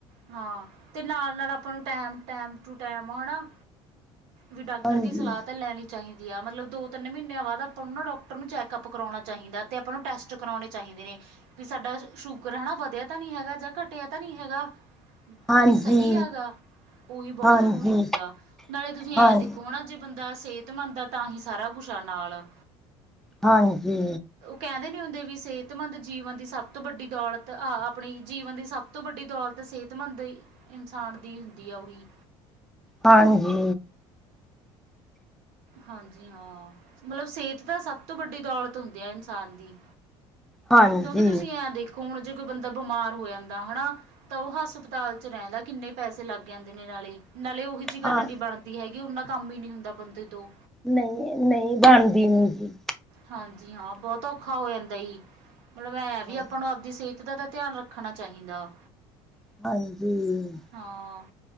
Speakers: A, on the right (about 85°); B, in the centre.
A: ਹਾਂ ਤੇ ਨਾਲ-ਨਾਲ ਆਪਾਂ ਨੂੰ ਟੈਮ-ਟੈਮ ਟੂ ਟੈਮ ਆਣਾ ਵੀ ਡਾਕਟਰ
B: ਹਾਂਜੀ,
A: ਦੀ ਸਲਾਹ ਤਾਂ ਲੈਣੀ ਚਾਹੀਦੀ ਆ ਮਤਲਬ ਦੋ-ਤਿੰਨ ਮੀਹਨੇਆਂ ਬਾਦ ਆਪਾਂ ਨੂੰ ਨਾ ਡੋਕਟਰ ਨੂੰ ਚੈੱਕਅਪ ਕਰੋਉਣਾ ਚਾਹੀਦਾ ਤੇ ਆਪਾਂ ਨੂੰ ਟੈਸਟ ਕਰਾਉਣੇ ਚਾਹੀਦੇ ਨੇ ਵੀ ਸਾਡਾ ਸ਼ੂਗਰ ਹੈ ਨਾ ਵਧਆ ਤਾਂ ਨੀ ਹੈਗਾ ਜਾਂ ਘਟਆ ਤਾਂ ਨੀ ਹੈਗਾ।
B: ਹਾਂਜੀ,
A: ਵੀ ਸਹੀ ਹੈਗਾ, ਉਹੀ ਬਹੁਤ
B: ਹਾਂਜੀ,
A: ਜ਼ਰੂਰੀ ਹੁੰਦਾ, ਨਾਲੇ ਤੁਸੀਂ
B: ਹਾਂ,
A: ਐ ਦੇਖੋ ਨਾ ਜੇ ਬੰਦ ਦਾ ਸੇਹਤਮੰਦ ਐ ਤਾਂ ਹੀ ਸਾਰਾ ਕੁਛ ਐ ਨਾਲ
B: ਹਾਂਜੀ
A: ਕੈਹੰਦੇ ਨੀ ਹੁੰਦੇ ਵੀ ਸੇਹਤਮੰਦ ਜੀਵਨ ਦੀ ਸਭ ਤੋਂ ਵੱਡੀ ਦੌਲਤ ਆ, ਆਪਣੀ ਜੀਵਨ ਦੀ ਸਭ ਤੋਂ ਵੱਡੀ ਦੌਲਤ ਤੇ ਸੇਹਤਮੰਦ ਇਨਸਾਨ ਦੀ ਹੁੰਦੀ ਆ ਓ ਵੀ
B: ਹਾਂਜੀ
A: ਹਾਂਜੀ ਹਾਂ, ਮਤਲਬ ਸੇਹਤ ਤਾ ਸਭ ਤੋਂ ਵੱਡੀ ਦੋਲਤ ਹੁੰਦੀ ਐ ਇਨਸਾਨ ਦੀ।
B: ਹਾਂਜੀ
A: ਕਿਉਂਕਿ ਤੁਸੀਂ ਐਂ ਦੇਖੋ ਹੁਣ ਜੇ ਕੋਈ ਬੰਦਾ ਬਿਮਾਰ ਹੋ ਜਾਂਦਾ ਹੈਨਾ ਤਾਂ ਓਹ ਹਸ ਸਪਤਾਲ ਚ ਰੈਹੰਣਾ ਕਿੰਨੇ ਪੈਸੇ ਲੱਗ ਜਾਂਦੇ ਨੇ ਨਾਲੇ-ਨਾਲੇ ਉਹੀ ਜਿਹੀ ਗੱਲ
B: ਹਾਂ
A: ਨੀ ਬਣਦੀ ਦੀ ਹੈਗੀ ਉਨਾ ਕੰਮ ਹੀ ਨੀ ਹੁੰਦਾ ਬੰਦੇ ਤੋਂ
B: ਨਹੀਂ-ਨਹੀਂ ਬਣਦੀ ਨੀ ਜੀ
A: ਹਾਂਜੀ ਹਾਂ ਬਹੁਤ ਧੋਖਾ ਹੋ ਜਾਂਦਾ ਈ, ਮਤਲਬ ਐਵੀ
B: ਹਾਂ
A: ਆਪਾਂ ਨੂੰ ਆਪਦੀ ਸੇਹਤ ਦਾ ਤਾਂ ਧਿਆਨ ਰੱਖ ਰੱਖਣਾ ਚਾਹੀਦਾ
B: ਹਾਂਜੀ
A: ਹਾਂ